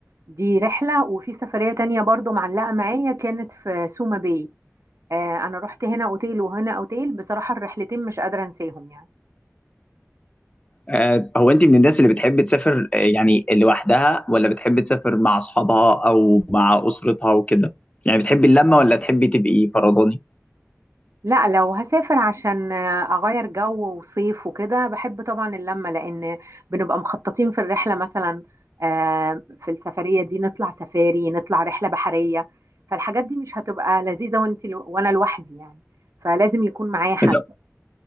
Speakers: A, on the right; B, on the left.
A: دي رحلة وفي سفرية تانية برضو معلقة معايا كانت في سوما باي آه انا رحت هنا اوتيل وهنا اوتيل بصراحة الرحلتين مش قادرة انساهم يعني
B: آه، هو انت من الناس اللي بتحب تسافر آه، يعني لوحدها ولا بتحب تسافر مع اصحابها او مع اسرتها وكده يعني بتحبي اللمة ولا تحبي تبقي فرداني
A: لا لو هسافر عشان اغير جو وصيف وكده بحب طبعا اللمه لان بنبقى مخططين في الرحله مثلا آه، في السفريه دي نطلع سفاري نطلع رحله بحريه فالحاجات دي مش هتبقى لذيذه وانت وانا لوحدي يعني فلازم يكون معايا حد
B: إيه ده؟